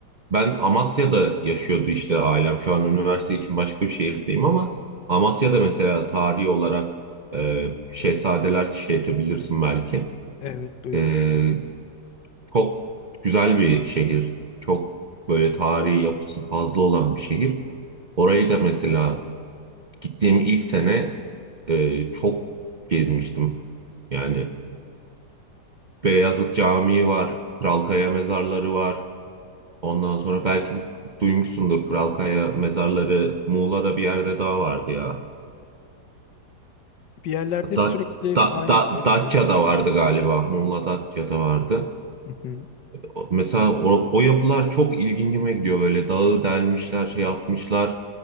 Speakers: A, on the right; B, on the left.
A: Ben Amasya'da yaşıyordu işte ailem. Şu an üniversite için başka bir şehirdeyim ama Amasya'da mesela tarihi olarak e, Şehzadeler şehri bilirsin belki.
B: Evet duymuştum.
A: E, çok güzel bir şehir. Çok böyle tarihi yapısı fazla olan bir şehir. Orayı da mesela gittiğim ilk sene e, çok gezmiştim. Yani Beyazıt Camii var, Kral Kaya mezarları var. Ondan sonra belki bu duymuşsundur Kralkaya mezarları Muğla'da bir yerde daha vardı ya.
B: Bir yerlerde hep
A: Da,
B: sürekli
A: da,
B: aynen
A: da,
B: öyle
A: Datça'da
B: şeyler çıkıyor.
A: vardı galiba. Muğla Datça'da vardı.
B: Hı hı.
A: O- Mesela o, o yapılar çok ilgincime gidiyor. Böyle dağı delmişler, şey yapmışlar.